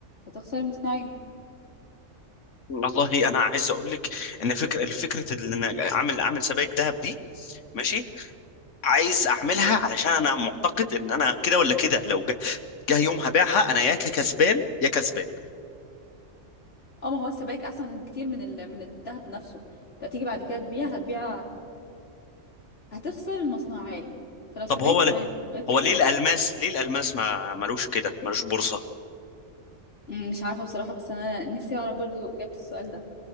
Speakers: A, on the left; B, on the left.
A: هتخسر المصنعية
B: والله انا عايز اقول لك ان فكره الفكره ان انا اعمل اعمل سبائك ذهب دي ماشي عايز اعملها علشان انا معتقد ان انا كده ولا كده لو جه جه يوم هبيعها انا يا كسبان يا كسبان
A: اه ما هو السبائك احسن بكتير من ال... من الذهب نفسه انت هتيجي بعد كده تبيع هتبيع هتخسر المصنعية فلو سبائك
B: طب هو
A: تمام
B: ليه
A: غير كده
B: هو ليه الالماس ليه الالماس ما ملوش كده ملوش بورصة
A: مم، مش عارفة بصراحة بس أنا نفسي أعرف برضو إجابة السؤال ده